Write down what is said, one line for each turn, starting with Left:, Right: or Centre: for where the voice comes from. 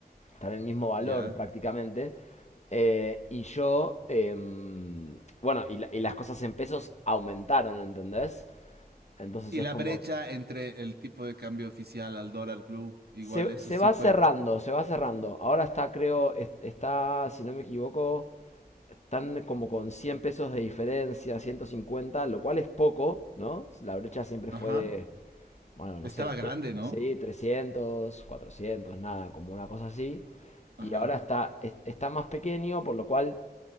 Left: están en el mismo valor
Right: Ya.
Left: prácticamente. Eh, y yo, eh, bueno, y, la- y las cosas en pesos aumentaron, ¿entendés? Entonces
Right: Y
Left: es
Right: la
Left: como,
Right: brecha entre el tipo de cambio oficial al dólar blue, igual
Left: se,
Right: eso
Left: se
Right: sí
Left: va
Right: fue.
Left: cerrando, se va cerrando. Ahora está, creo, es- está, si no me equivoco, están como con 100 pesos de diferencia, ciento cincuenta lo cual es poco, ¿no? La brecha siempre
Right: Ajá.
Left: fue de, bueno, no
Right: Estaba
Left: sé, te-
Right: grande, ¿no?
Left: sí, trescientos cuatrocientos nada, como una cosa así.
Right: Ajá.
Left: Y ahora está, es- está más pequeño, por lo cual